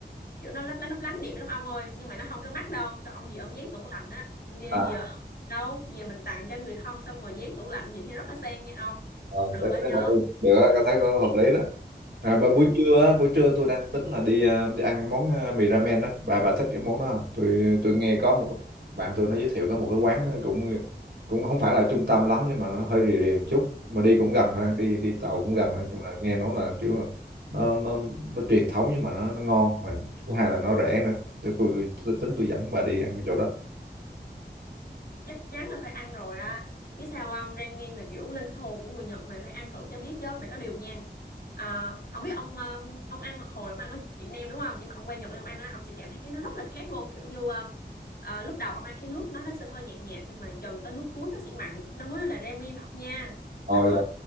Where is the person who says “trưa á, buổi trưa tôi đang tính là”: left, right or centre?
Right